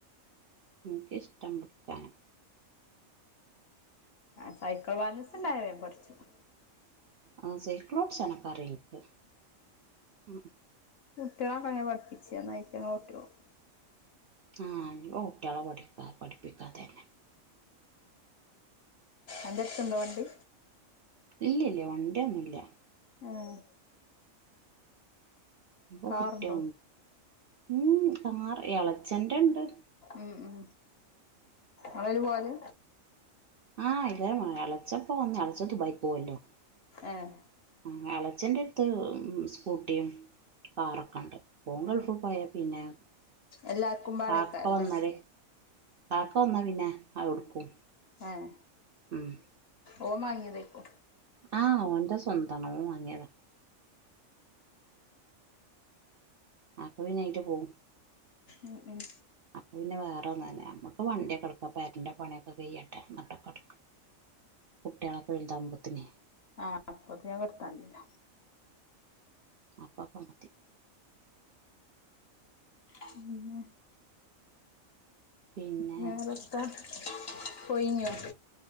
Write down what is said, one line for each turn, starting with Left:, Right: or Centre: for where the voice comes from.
Right: എനക്കിഷ്ടം പിടിക്കാന്
Left: ആ സൈക്കിൾ ബാലൻസ് ഉണ്ടായവൻ പഠിച്ചത്
Right: ആഹ സേക്ലോഡ് ഓടിചനക്കാറക്ക് ഉ
Left: കുട്ടികളെക്കെങ്ങെ പഠിപ്പിച്ചന്നായിട്ട് ഞങ്ങ ഒട്ടോളും
Right: ആഹ ഇ കുട്ടികളെ പഠിപ്പാ പഠിപ്പിക്കാതെന്നെ
Left: എൻടുത്തുണ്ടവണ്ടി
Right: ഇല്ല ഇല്ല വണ്ടി ഒന്നുമല്ല
Left: ആഹ
Right: അപ്പൊ
Left: കാറുണ്ടോ
Right: കുട്ടിയ ഉ കാർ ഇളച്ചന്റെ ഉണ്ട്
Left: ഉ ഉ അവല് പോവാല്
Right: ആ ഇതേ ഇളച്ചപ്പോ വന്ന് ഇളച്ച ദുബായ് പോവല്ലോ
Left: ഏഹ്
Right: ആ ഇളച്ചന്റെ ഇത്ത് സ്കൂട്ടിയും കാറൊക്കെ ഉണ്ട് മോൻ ഗൾഫ്
Left: ഏഹ്
Right: പോയാൽ പിന്നെ
Left: എല്ലാർക്കും പാടേക്കാരല്ലേ
Right: പാക്ക വന്നാലേ പാക്ക വന്നാ പിന്നെ ആ എടുക്കും
Left: ആഹ
Right: ആഹ
Left: ഓ മായിയ വക്കോ
Right: ആഹ് ഓന്റെ സ്വന്താണ് അവൻവാങ്ങിയതാ അപ്പൊ പിനായിട്ട് പോവും
Left: ഉം ഉം
Right: അപ്പ പിന്നെ വേറെന്ന തന്നെ നമ്മുക്ക് വണ്ടിയൊക്കെ എടുക്ക പേരന്റെ പണിയൊക്കെ കഴ്യട്ടെ എന്നിട്ടൊക്കെ എടുക്കാം കുട്ടികളൊക്കെ വലുതാകുമ്പത്തിന്
Left: ആഹ അപ്പൊത് ഞാൻ വർത്താന്ല്ല
Right: അപ്പാ അപ്പ മറ്റി
Left: പിന്നന്നെ
Right: പിന്നെ
Left: വേറെത്താ പോയിനോ